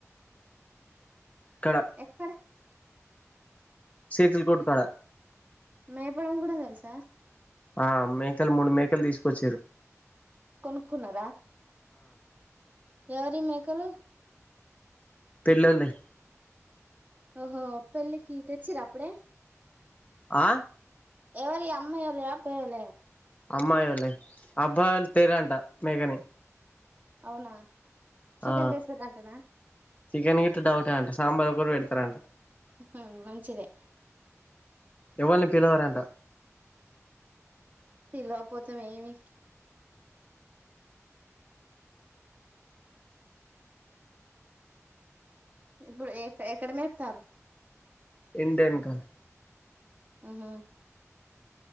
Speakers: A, on the left; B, on the right.
A: ఇక్కడ
B: ఎక్కడ
A: సేతుల్ కోట్టు కాడ
B: మేపడం కూడా తెలుసా
A: ఆ మేకలు మూడు మేకలు తీసుకొచ్చిర్రు
B: కొనుక్కున్నారా ఎవరివి మేకలు
A: పెళ్ళోళ్ళవి
B: ఓహో పెళ్ళికి తెచ్చిర్ర అప్పుడే
A: ఆ
B: ఎవరివి ఈ అమ్మాయ్య యేళ్ళవ అప్పయ్య యేళ్ళవ
A: అమ్మయి వోళ్ళావే అబ్బాయి ఒళ్ళు తేరంట మేకని
B: అవునా చికెన్
A: ఆ
B: తెస్తారంటనా
A: చికెన్ గిట్ల డౌటే అంట సాంబార్ ఒకటే పెడతారంట
B: ఉహు మంచిదే
A: ఎవల్ని పిలవరంట
B: పిలవకపోతే ఏమి ఇప్పుడు ఎ ఎక్కడ మేపుతారు
A: ఇంటి వెనకాల
B: ఆహా